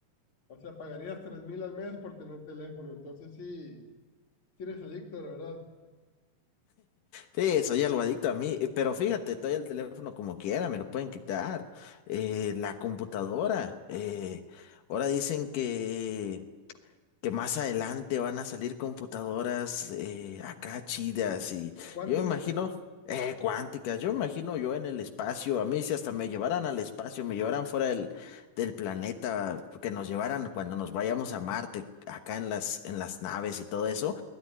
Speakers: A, on the left; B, on the left.
A: O sea, pagarías tres mil al mes por tener teléfono. Entonces, sí, sí eres adicto, la verdad.
B: Sí, soy algo adicto a mí, eh, pero fíjate, todavía el teléfono como quiera, me lo pueden quitar. Eh, la computadora, eh, ahora dicen que que más adelante van a salir computadoras eh, acá chidas y
A: cuánticas.
B: yo me imagino eh, cuánticas, yo me imagino yo en el espacio, a mí si hasta me llevaran al espacio, me llevaran fuera del, del planeta, que nos llevaran cuando nos vayamos a Marte, acá en las, en las naves y todo eso,